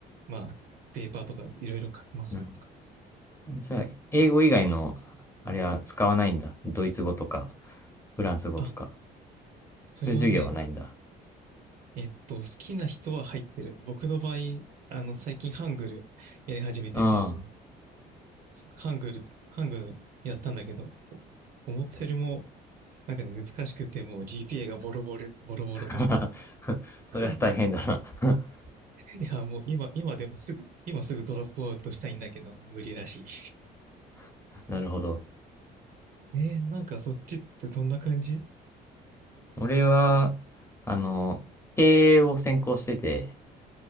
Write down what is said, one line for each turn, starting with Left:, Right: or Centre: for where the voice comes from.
Right: まあ、ペーパーとかいろいろ書きますよとか。
Left: なるほど。じゃあ、英語以外の、あれは使わないんだ。ドイツ語とか、フランス語とか。
Right: あ、それはね、
Left: そういう授業はないんだ。
Right: えっと、好きな人は入ってる。僕の場合、あの、最近ハングルやり始めてて、
Left: あ
Right: もう、ハングル、ハングルやったんだけど、思ったよりもなんかね、難しくてもう GPA がボロボロ、ボロボロ。
Left: あ。<laughs> それは大変だな
Right: <laughs> いや、もう今、今でもすぐ、今すぐドロップアウトしたいんだけど、無理だし。
Left: <laughs> なるほど。
Right: えーなんかそっちってどんな感じ
Left: 俺は、あの、経営を専攻してて、